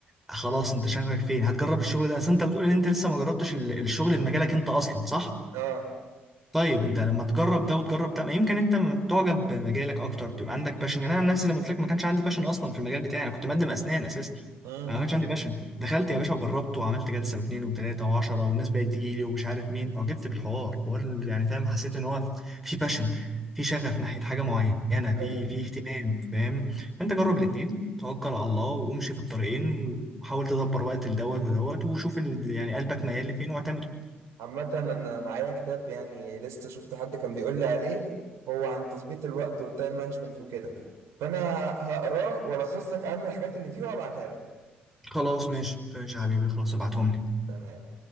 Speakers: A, in the centre; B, on the right (about 60°).
A: خلاص انت شغفك فين هتجرب الشغل ده اصل انت بتقول ان انت لسه ما جربتش ال- الشغل بمجالك انت اصلا صح
B: اه
A: طيب انت لما تجرب ده وتجرب ده يمكن انت تعجب بمجالك اكتر تبقى عندك باشن يعني انا عن نفسي زي ما قلت لك ما كانش عندي باشن اصلا في المجال بتاعي انا كنت مقدم اسنان اساسا
B: امم
A: انا ما كانش عندي باشن دخلت يا باشا وجربت وعملت جلسه واثنين وثلاثه وعشره والناس بقت تيجي لي ومش عارف مين اعجبت بالحوار حوار ال- يعني فاهم حسيت ان هو في باشن في شغف ناحيه حاجه معينه
B: ايوه
A: في في اهتمام فاهم فانت جرب الاثنين توكل على الله وامشي في الطريقين وحاول تدبر وقت لدوت ودوت وشوف ال... يعني قلبك ميال لفين واعتمد
B: عامه انا معايا كتاب يعني لسه شفت حد كان بيقول لي عليه هو عن تظبيط الوقت والتايم مانجمنت وكده فانا هقراه والخص لك اهم الحاجات اللي فيه وابعتها لك
A: خلاص ماشي ماشي يا حبيبي خلاص ابعتهم لي
B: تمام